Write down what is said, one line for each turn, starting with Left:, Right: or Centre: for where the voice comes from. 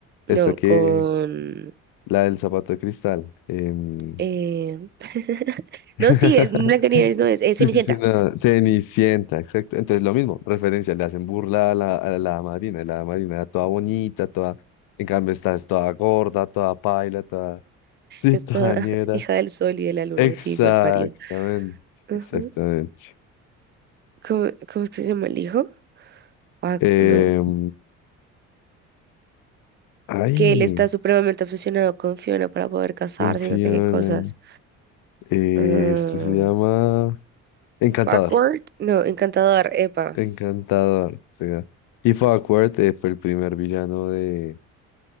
Left: esta
Right: No,
Left: que,
Right: con.
Left: la del zapato de cristal. em,
Right: eh, <laughs>
Left: <laughs>
Right: No, sí, es Blancanieves, no es, es Cenicienta.
Left: Sí, sí, sí, no, Cenicienta, exacto. Entonces, lo mismo, referencia, le hacen burla a la, a la Marina, y la Marina era toda bonita, toda. En cambio, esta es toda gorda, toda paila, toda. <laughs> Sí,
Right: Esta
Left: toda
Right: <laughs>
Left: ñera.
Right: hija del sol y de la luna,
Left: Exactamente,
Right: sí, mal parida. Ujú.
Left: exactamente.
Right: ¿Cómo, cómo es que se llama el hijo? Ah,
Left: Em,
Right: no.
Left: ay,
Right: Que él está supremamente obsesionado con Fiona para poder casarse
Left: qué Fiona.
Right: y no sé qué cosas.
Left: Eh,
Right: Ah,
Left: esto se llama Encantador.
Right: Fuckworth, no, encantador, epa.
Left: Encantador. o sea, If Awkward eh, fue el primer villano de